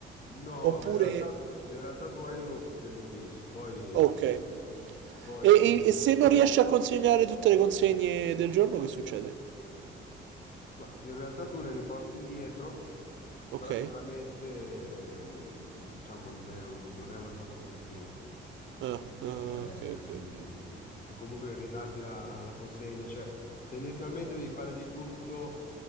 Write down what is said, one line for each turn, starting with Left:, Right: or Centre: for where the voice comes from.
Left: No,
Right: Oppure...
Left: in realtà, in realtà tu hai uno stipendio fisso, poi,
Right: Ok. E,
Left: poi
Right: e- e se non riesci a consegnare tutte le consegne del giorno, che succede?
Left: ma in realtà tu le riporti indietro,
Right: Ok.
Left: però chiaramente ehm, diciamo non è un- non è una cosa positiva.
Right: Ah,
Left: perché,
Right: ah, ok, ok,
Left: mh,
Right: ok.
Left: perché comunque ritardi la, la consegna, cioè tendenzialmente devi fare di tutto